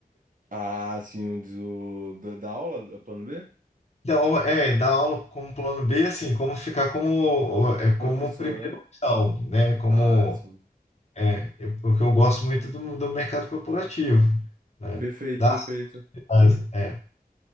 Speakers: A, on the right (about 55°); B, on the left (about 45°).
A: Ah, sim, o diz o da, da aula, da plano B?
B: Então, é, dar aula como plano B, assim, como ficar como, é, como
A: Professor,
B: primeira
A: né?
B: opção, né? Como,
A: Ah, sim.
B: é, eu- porque eu gosto muito do, do mercado corporativo, né?
A: Perfeito,
B: Das
A: perfeito.
B: áreas, é,